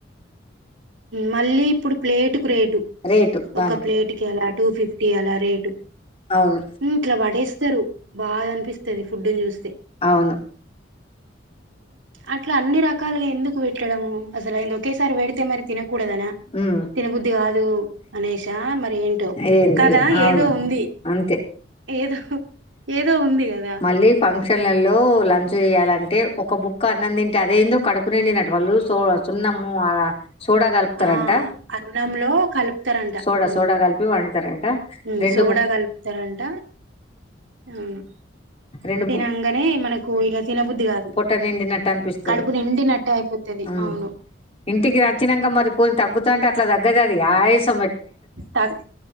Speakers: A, on the right; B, on the left.
A: మళ్ళీ ఇప్పుడు ప్లేట్ రేటు
B: రేటు దానికి
A: ఒక ప్లేట్ కి అలా టూ ఫిఫ్టీ అలా రేటు
B: అవును
A: ఇంకా పడేస్తారు బాధ అనిపిస్తది ఫుడ్ చూస్తే
B: అవును
A: అట్లా అన్ని రకాలుగా ఎందుకు పెట్టడము అసలు అయిది ఒకేసారి బేడితే మరి కూడాదనా
B: హ్మ్
A: తినబుద్ధి కాదు అనేషా మర ఏంటో
B: ఏంది
A: కదా
B: అవును
A: ఏదో ఉంది
B: అంతే
A: ఏదో ఏదో ఉంది కదా
B: మళ్ళీ ఫంక్షన్లలో లంచ్ చేయాలంటే ఒక బుక్ అన్నం తింటే అదే ఏందో కడుపు నిండినటు వాళ్ళు లుసో సున్నాము సోడా కలుపుతారంట
A: ఆ అన్నంలో కలుపుతారంట
B: సోడా
A: ఉమ్
B: సోడా కలిపి వండుతారంట
A: ఉమ్
B: రెండు
A: సోడా
B: బు
A: కలుపుతారంట హ్మ్
B: రెండు
A: తినంగానే
B: బు
A: మనకు తినబుద్ధి కాదు
B: పొట్ట నిండినట్టు అనిపిస్తది
A: కడుపు నిండినట్టే అయిపోతది
B: హ్మ్
A: అవును
B: ఇంటికి వచ్చినాక మరి పోని తగుతంటే అట్లా తగ్గదది అవేశం
A: తగ